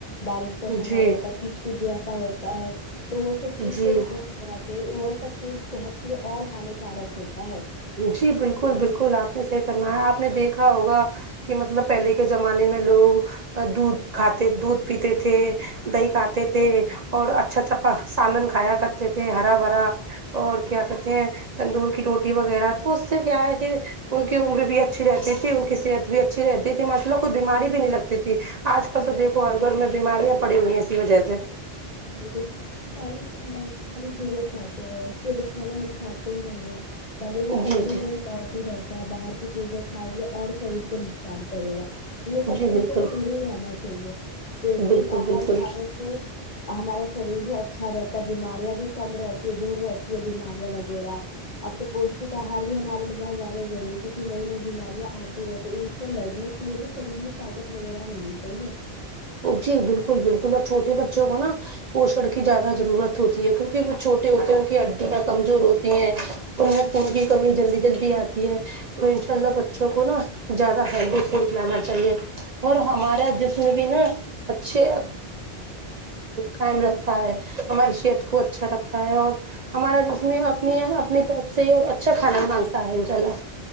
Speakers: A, on the left (about 45°); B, on the right (about 45°).
A: بارش کا سمے
B: جی
A: رہتا ہے کچ کچ جیفہ ہوتا ہے تو وہ سب چیز
B: جی
A: سے بھی دور ہونا چاہی کہ وہ سب چیز صحت کی اور ہانیکارک ہوتا ہے
B: جی بالکل بالکل آپ نے صحیح فرمایا آپ نے دیکھا ہوگا کہ مطلب پہلے کے زمانے میں لوگ دودھ کھاتے دودھ پیتے تھے دہی کھاتے تھے اور اچھا اچھا سالن کھایا کرتے تھے ہرا بھرا اور کیا کہتے ہیں تندور کی روٹی وغیرہ تو اس سے کیا ہے کہ ان کی عمر بھی اچھی رہتی تھی ان کی صحت بھی اچھی رہتی تھی ماشاءاللہ کوئی بیماری بھی نہیں لگتی تھی آج کل تو
A: بالکل
B: دیکھو ہر گھر میں بیماریاں پڑی ہوئی ہیں اسی وجہ سے
A: بالکل ہم پہلے سے والی چیزیں کھاتے ہیں شدھ کھانا ہم کھاتے ہی نہیں ہے پہلے ہی
B: جی
A: سب
B: جی
A: چیزیں ملا رہتا ہے باہر کی چیزیں کھائیں گی اور شریر کو نقصان کرے گا یہ سب
B: جی
A: چیز
B: بالکل
A: سے تو دور ہی رہنا چاہیے پوشٹک
B: بالکل
A: آہار
B: بالکل
A: کھانے سے ہمارا شریر بھی اچھا رہتا ہے بیماریاں بھی کم رہتی ہے دور رہتی ہے بیماریاں وغیر غیرہ تو پوشٹک آہار بھی ہمارے لیے بہت زیادہ ضروری ہے کیونکہ نئی نئی بیماریاں آتی رہیں تو اس سے لڑنے کے لیے بھی شریر میں طاقت وغیرہ ہونی چاہیے
B: جی بالکل بالکل اور چھوٹے بچوں کو نا پوشن کی زیادہ ضرورت ہوتی ہے کیونکہ وہ چھوٹے ہوتے ہیں ان کی ہڈیاں کمزور ہوتی ہیں انھیں خون کی کمی جلدی جلدی آتی ہے تو ان شاء اللہ بچوں کو نا زیادہ ہیلتھی فوڈ کھلانا چاہیے اور ہمارا جسم بھی نا اچھے قائم رکھتا ہے ہماری صحت کو اچھا رکھتا ہے اور ہمارا جسم بھی اپنی اپنی طرف سے اور اچھا کھانا مانگتا ہے انشاء اللہ